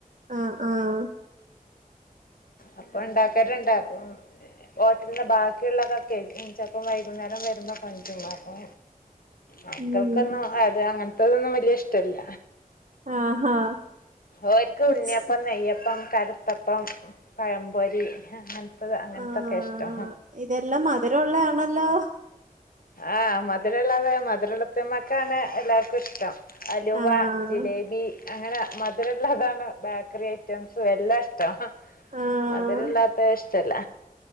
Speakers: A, on the right (about 55°); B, on the left (about 75°).
A: ആഹ് ആഹ്
B: അപ്പൊ ഉണ്ടാക്കാല്ണ്ട് അപ്പൊ ഹോട്ടലിന്ന് ബാക്കിയുള്ളതൊക്കെ ചെലപ്പം വൈകുന്നേരം വരുമ്പോ കൊണ്ടുവരും അപ്പൊ മക്കൾക്കൊന്നും
A: ഉം
B: അത് അങ്ങനത്തതൊന്നും വല്യയ ഇഷ്ട്ടല്ല
A: ആഹാ
B: ഓൽക്ക്
A: ഉച്ച
B: ഉണ്ണിയപ്പം നെയ്യപ്പം കൽത്തപ്പം പഴംപൊരി അങ്ങൻ ത്തത് അങ്ങൻത്തൊക്കെ
A: ആഹ്
B: ഇഷ്ടം.
A: ഇതെല്ലാം മധുരമുള്ളയാണല്ലോ
B: ആഹ് മധുരള്ളത് മധുരളത്തിമക്കാണ് എല്ലാർക്കും ഇഷ്ടം അലുവ
A: ആഹ്
B: ജിലേബി അങ്ങനെ മ മധുരമുള്ളാതാണ് ബേക്കറി ഐറ്റംസും എല്ലാം ഇഷ്ടം
A: ആഹ്
B: മധുരമല്ലാത്ത ഇഷ്ട ട്ടല്ല